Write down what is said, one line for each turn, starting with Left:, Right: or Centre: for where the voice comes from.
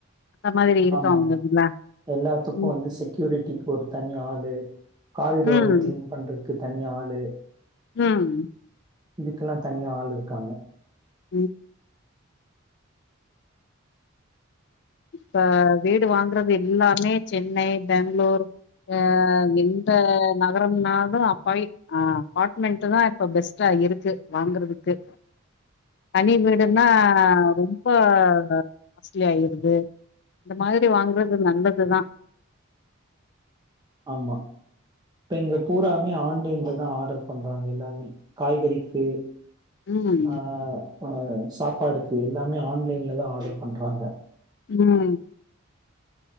Left: அந்த மாதிரி இருக்கு
Right: ஆம்மா
Left: அவங்கதுல
Right: எல்லாத்துக்கு
Left: ம்
Right: வந்து செக்யூரிட்டிக்கு ஒரு தனி ஆடு காரிடோர
Left: ம்
Right: கிளீன் பண்றது க்கு தனி ஆளு
Left: ம்
Right: இதுக்கெல்லா தனியா ஆளு இருக்காங்க
Left: ம் இப்ப வீடு வாங்குறது எல்லாமே சென்னை பெங்களூர் அ எந்த நகரம்னாலு அப்பாய் அபார்ட்மெண்ட் தான் இப்ப பெஸ்டா இருக்கு வாங்கறதுக்கு தனி வீடுன்னா ரொம்ப காஸ்ட்லி ஆயிரு து இந்த மாதிரி வாங்குறது நல்லதுதான்
Right: ஆம்மா இப்ப இங்க பூராமே ஆன்லைன்லதா ஆர்டர் பண்றாங்க எல்லாருமே காய்கறிக்கு
Left: ம்
Right: ஆ ஆ சாப்பாடுக் எல்லாமே ஆன்லைன்ல தா ஆர்டர் பண்றாங்க
Left: ம்